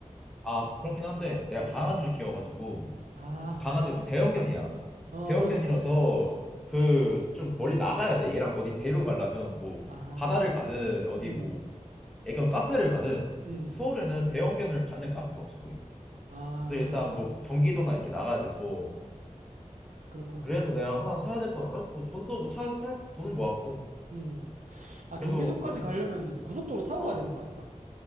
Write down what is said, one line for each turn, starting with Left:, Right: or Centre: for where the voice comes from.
Centre: 아 그렇긴 한데 내가
Right: 음.
Centre: 강아지를 키워가지고
Right: 아,
Centre: 또
Right: 강아지를
Centre: 강아지가
Right: 키우.
Centre: 또 대형견이야.
Right: 어,
Centre: 대형견이라서
Right: 들었어, 들었어. 어, 어.
Centre: 그 좀 멀리 나가야 돼. 얘랑 어디 데리러 가려면 뭐
Right: 아,
Centre: 바다를 가든 어디
Right: 음,
Centre: 뭐 애견 카페를 가든
Right: 음.
Centre: 서울에는 대형견을 받는 카페가 없어 거의.
Right: 아,
Centre: 그래서 일단 뭐 경기도나 이렇게 나가야 돼서
Right: 그렇구나.
Centre: 그래서 내가 하나 사야 될 것 같아. 아, 뭐 돈도 뭐 차 살 돈은 모았고
Right: 음. 아, 경기도까지
Centre: 그래서 그거 살
Right: 가려면은
Centre: 것 같아.
Right: 고속도로 타고 가야
Centre: 어,
Right: 되는 거 아닌가?